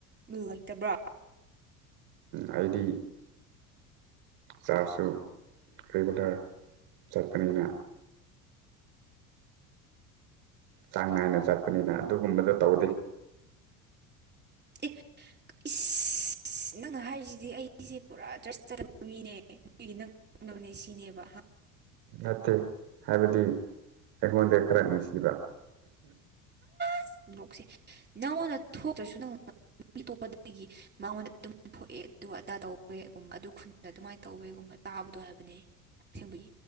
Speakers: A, on the right; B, on the right.
A: ꯂꯩꯇꯕ꯭ꯔꯥ
B: ꯑꯩꯗꯤ ꯆꯥꯔꯖꯁꯨ ꯔꯤꯒꯨꯂꯔ ꯆꯠꯄꯅꯤꯅ ꯆꯥꯡ ꯅꯥꯏꯅ ꯆꯠꯄꯅꯤꯅ ꯑꯗꯨꯒꯨꯝꯕꯗꯣ ꯇꯧꯗꯦ
A: ꯑꯦ ꯑꯤꯁ ꯑꯁ ꯅꯪꯅ ꯍꯥꯏꯔꯤꯁꯤꯗꯤ ꯑꯩꯒꯤꯁꯦ ꯄꯨꯔꯥ ꯗ꯭ꯔꯁ ꯆꯗꯕ ꯃꯤꯅꯦ ꯑꯗꯨꯒꯤ ꯅꯪ ꯈꯪꯅꯕꯅꯦ ꯁꯤꯅꯦꯕ
B: ꯅꯠꯇꯦ ꯍꯥꯏꯕꯗꯤ ꯑꯩꯉꯣꯟꯗ ꯈꯔ ꯅꯨꯡꯁꯤꯕ <inaudible>
A: <unintelligible> ꯅꯪꯉꯣꯟꯗ ꯊꯣꯛꯇ꯭ꯔꯁꯨ ꯅꯪ ꯃꯤꯇꯣꯞꯄꯗꯒꯤ ꯃꯉꯣꯟꯗ ꯑꯗꯨꯝ ꯊꯣꯛꯑꯦ ꯑꯗꯨꯒ ꯑꯗꯥ ꯇꯧꯋꯦꯒꯨꯝꯕ ꯑꯗꯨ ꯈꯨꯟꯗ ꯑꯗꯨꯃꯥꯏꯅ ꯇꯧꯕꯋꯦꯒꯨꯝꯕ ꯇꯥꯕꯗꯣ ꯍꯥꯏꯕꯅꯦ ꯑꯁꯦꯡꯕꯒꯤ